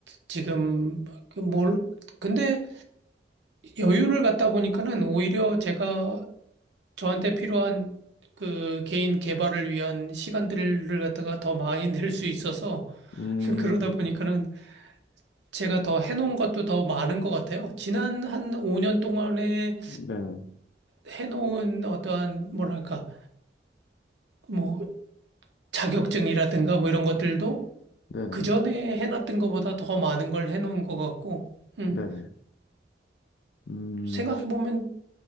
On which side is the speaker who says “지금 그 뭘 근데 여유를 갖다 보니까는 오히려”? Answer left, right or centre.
Right